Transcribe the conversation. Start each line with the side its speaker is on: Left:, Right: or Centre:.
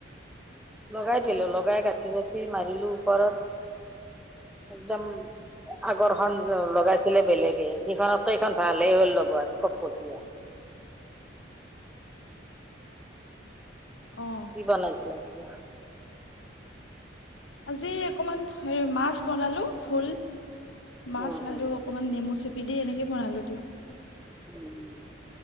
Centre: লগাই দিলো, লগাই গাঁঠি-চাঠি মাৰিলো ওপৰত, একদম। আগৰ খন লগাইছিলে বেলেগে, সিখনতকে এইখন ভালে হ'ল লগোৱাত, কতকটীয়া।
Left: অ'
Centre: কি বনাইছো এতিয়া?
Left: আজি অকমান হেৰি, মাছ বনালো ভুল। মাছ,
Centre: উম উম
Left: আলু অকমান নেমু চেপি দি, এনেকে বনালো দিয়ক।
Centre: উম।